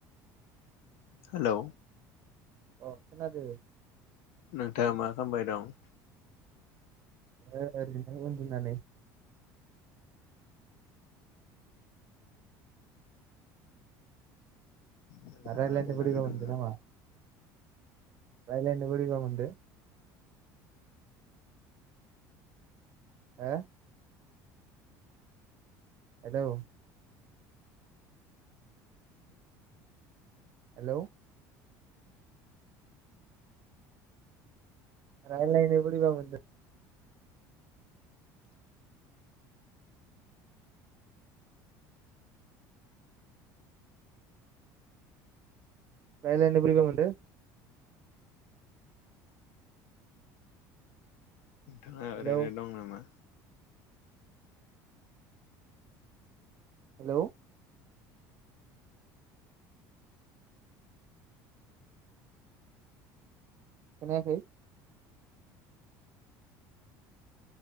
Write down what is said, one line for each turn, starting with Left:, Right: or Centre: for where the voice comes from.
Left: हेलौ।
Right: अ खोनादो।
Left: नोंथाङा मा खालामबाय दं?
Right: ओ ओरैनो उन्दुनानै
Left: नोंथाङा
Right: दा रायलायनो
Left: उदाङै
Right: बोरैबा
Left: दं
Right: मोनदो नामा? रायलायनो बोरैबा मोनदो? हा? Hello hello. रायलायनो बोरैबा मोनदो? रायलायनो बोरैबा मोनदो?
Left: ओ ओरैनो
Right: हेलौ
Left: दं नामा?
Right: हेलौ। खोनायाखै?